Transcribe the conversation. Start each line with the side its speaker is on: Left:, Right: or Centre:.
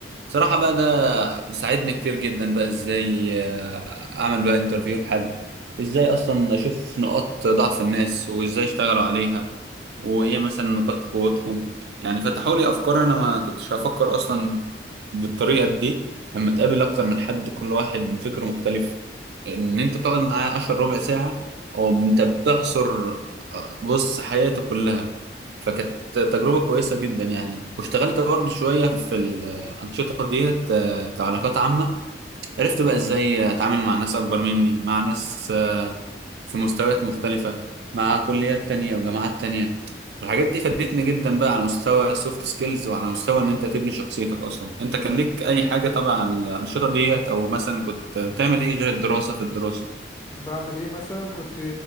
Right: صراحة بقى ده ساعدني كتير جدا بقى ازاي آه، اعمل بقى انترفيو لحد ازاي اصلا اشوف نقاط ضعف الناس وازاي اشتغلوا عليها وايه مثلا نقاط قوتهم يعني فتحوا لي افكار انا ما كنتش هفكر اصلا بالطريقة دي لما تقابل اكتر من حد كل واحد فكره مختلف ان انت تقعد معاه عشر ربع ساعة او انت بتعصر آه، بص حياته كلها فكانت تجربة كويسة جدا يعني واشتغلت برضو شوية في الأنشطة ديت آه، كعلاقات عامة عرفت بقى إزاي أتعامل مع ناس أكبر مني مع ناس آه، في مستويات مختلفة مع كليات تانية وجامعات تانية فالحاجات دي فادتني جدا بقى على مستوى السوفت سكيلز وعلى مستوى إن أنت تبني شخصيتك أصلا أنت كان ليك أي حاجة تبع على الأنشطة ديت أو مثلا كنت بتعمل إيه غير الدراسة في الدراسة؟
Left: بعمل ايه مثلا كنت